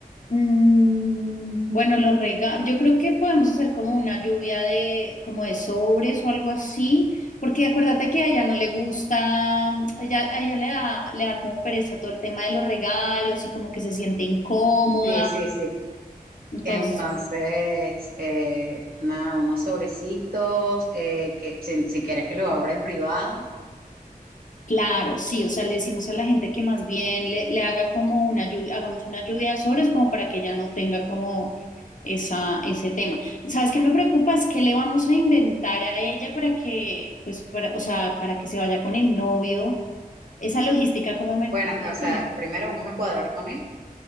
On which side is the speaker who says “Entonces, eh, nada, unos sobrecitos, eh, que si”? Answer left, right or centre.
Right